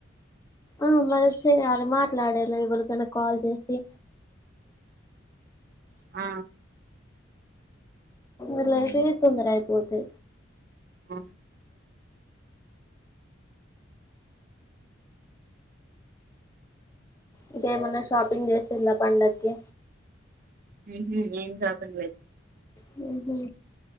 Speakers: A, on the left; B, on the right.
A: ఆ మరి చెయ్యాలె, మాట్లాడాలే ఎవలికన్నా కాల్ చేసి.
B: ఆ
A: అట్లయితే తొందరగా అయిపోతది
B: ఆ
A: ఇంకా ఏమన్నా షాపింగ్ చేస్తుర పండగకి
B: హ్మ్ హు ఏం కాదండలే
A: హ్మ్ హు